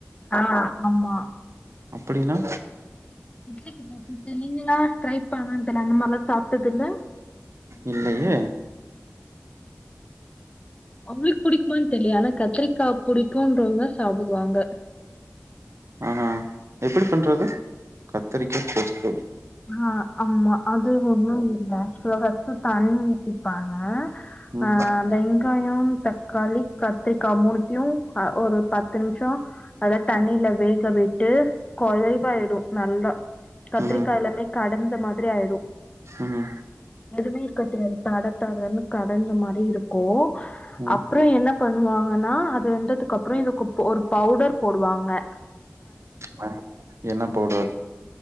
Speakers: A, on the left; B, on the right.
A: ஆஹ் ந மா
B: அப்படின்னா
A: இட்லிக்கு தொட்டுக்க நீங்களாம் ட்ரை பண்ணதில அந்த மாதிரிலாம் சாப்பிட்டது இல்ல
B: இல்லையே
A: அவங்களுக்கு பிடிக்குமானு தெரிய ஆனா கத்திரிக்காய் புடிக்கும்ன்றவங்க சாப்பிடுவாங்க
B: ம்ம் எப்படி பண்றது கத்தரிக்கா பேஸ்தோ
A: அஹ் ஆம்மா அது ஒண்ணு <unintelligible> நேச்சுரலா தான் இருக்கு தன் இருப்பாங்க
B: ம்
A: ஆ வெங்காயம் தக்காளி கத்திரிக்கா மூணு நோ ஆ ஒரு பத்து நிமிஷம் அதல தண்ணில வேகவை ட்டு குலைவாயிடும் நல்லா கத்திரிக்கா
B: ம்ம்
A: எல்லாமே கடந்த மாதிரி ஆயிடும்
B: ம்
A: எதுவுமே இருக்கத்த தட தடன்ன கடைஞ்ச மாதிரி இருக்கு கோ
B: ம்
A: அப்புறம் என்ன பண்ணுவாங்கன்னா வெந்ததுக்கு அப்புறம் இது ஒரு பவுடர் போடுவாங் <unintelligible>
B: உம் என்ன பவுடர்